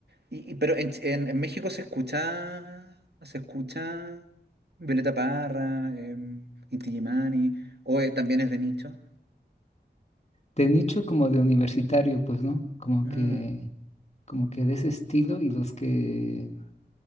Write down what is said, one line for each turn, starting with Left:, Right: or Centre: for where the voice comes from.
Right: Y, y- pero en, Ch- en- en México se escucha, se escucha Violeta Parra, em, Inti Illimani, o eh, también es de nicho.
Left: De nicho como de universitario, pues, ¿no? Como
Right: Mm,
Left: que, como que de ese estilo y los que,